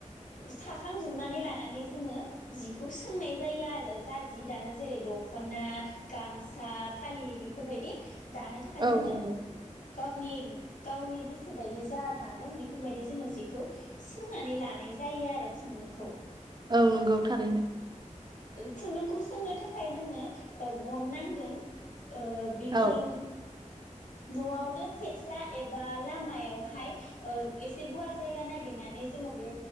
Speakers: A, on the left (about 75°); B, on the right (about 35°).
A: साखांजोबनानै लानानै जोङो जिखौ सोंनाय जायो आरो जा जि दानो जेरै दखना गामसा फालि बेफोरबायदि दानो थाखाय
B: औ
A: जोङो
B: नंगौ
A: गावनि गावनि गोसो बायदि जा दागोन बेफोरबायदि जोङो जिखौ सोंनानै लानाय जायो आरो खुन्दुंखौ
B: औ नंगौ थारैनो
A: ओ खुन्दुंखौ सोंनो थाखाय जोङो ओ गन नांगोन ओ बिथिं
B: औ
A: न'आवनो सेथ्ला एबा लामायावहाय ओ एसे गुवार जायगा नागिरनानै जोङो बे